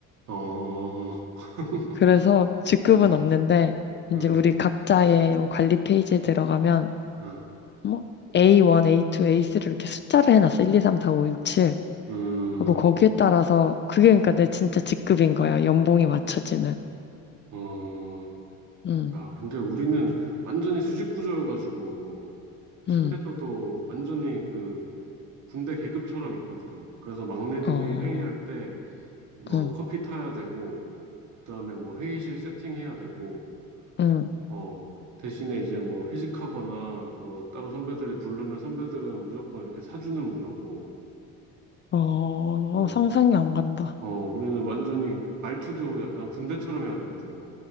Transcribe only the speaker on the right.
어, <laughs>
음,
음,
음,
음,
어,
야, 근데 우리는 완전히 수직 구조여가지고, 팀에서도
완전히 그 군대 계급처럼 있거든. 그래서 막내들이
회의할 때, 뭐,
커피 타야 되고, 그 다음에 뭐, 회의실 세팅해야 되고,
어, 대신에 이제 뭐, 회식하거나, 뭐, 따로 선배들이 부르면 선배들은 무조건 이렇게 사주는 문화고,
어,
어, 우리는 완전히 말투도 약간 군대처럼 해야 되거든.